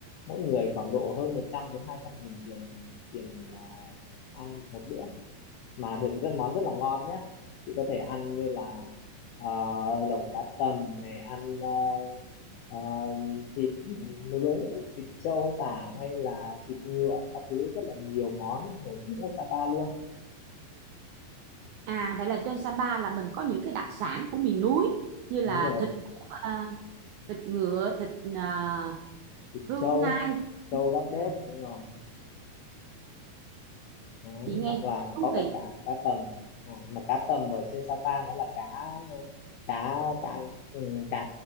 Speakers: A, on the left; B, on the right.
A: mỗi người khoảng độ hơn 100 đến 200 nghìn tiền tiền à, ăn một bữa mà được rất món rất là ngon nhé chị có thể ăn như là à, lẩu cá tầm này ăn à, à, thịt nướng thịt trâu tảng hay là thịt ngựa các thứ rất là nhiều món nổi tiếng của Sapa luôn
B: À, vậy là trên Sapa là mình có những cái đặc sản của miền núi như là
A: đúng rồi
B: thịt của, à, thịt ngựa, thịt à,
A: thịt
B: hươu
A: trâu
B: nai.
A: trâu gác
B: À,
A: bếp đúng rồi Đấy,
B: chị nghe
A: hoặc là
B: chị thấy thú
A: có
B: vị.
A: cả cá cá tầm Đúng Rồi, mà cá tầm ở trên Sapa nó là cá cá cá ừ, cá